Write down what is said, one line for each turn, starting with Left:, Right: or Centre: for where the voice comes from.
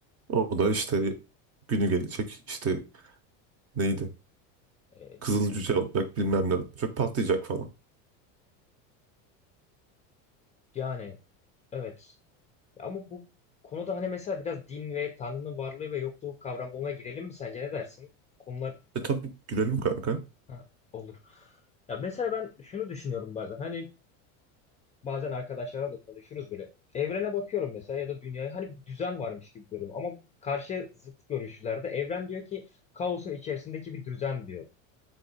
Right: O da işte günü gelecek işte neydi?
Left: e,
Right: Kızıl cüce olacak bilmem ne olacak patlayacak falan.
Left: yani evet. Ama bu konuda hani mesela biraz din ve Tanrı'nın varlığı ve yokluğu kavramlarına girelim mi sence ne dersin? Bu konular
Right: E tabii gülelim kanka.
Left: ha, olur. Ya mesela ben şunu düşünüyorum bazen. Hani bazen arkadaşlarla da konuşuruz böyle. Evrene bakıyorum mesela ya da dünyaya hani bir düzen varmış gibi görüyorum ama karşı zıt görüşlerde evren diyor ki kaosun içerisindeki bir düzen diyor.